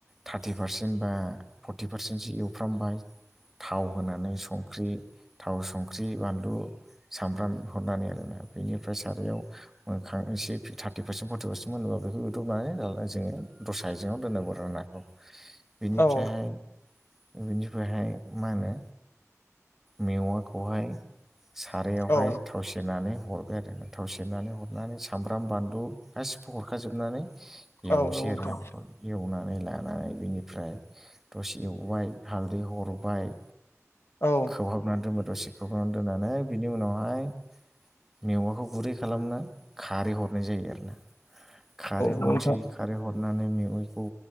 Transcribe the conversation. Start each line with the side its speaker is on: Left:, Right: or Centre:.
Centre: थार्टि पारसेन्ट बा फर्टि पारसेन्टसो एवफ्रामबाय थाव होनानै संख्रि थाव संख्रि बानलु सामब्राम हरनानै आरोना बेनिफ्राय सारायाव मोनखां एसे थार्टि पार्सेन्ट फर्टि पार्सेन्ट मोनोबा बेखौ इउथबनानै जोङो दस्रा आइजेङाव दोननांगौ आरो नाखौ बिनिफ्रायहाय
Left: औ
Centre: बिनिफ्रायहाय मा होनो मेवाखौहाय सारायावहाय
Left: औ
Centre: थाव सेरनानै हरबाय आरो थाव सेरनानै हरनानै सामब्राम बानलु गासिबो हरखाजोबनानै एवनोसै
Left: औ नंगौ नोंथां
Centre: आरोना बेखौ एवनानै लानानै बेनिफ्राय दसे एवबाय हालदै हरबाय
Left: औ नोंथां औ
Centre: खोबहाबनानै दोनो दसे खोबहाबनानै दोननानै बिनि उनावहाय मेवाखौ गुरै खालामनो खारै हरनाय जायो आरो ना। खारै
Left: नोंथां
Centre: हरसै खारै हरनानै मेवाइखौ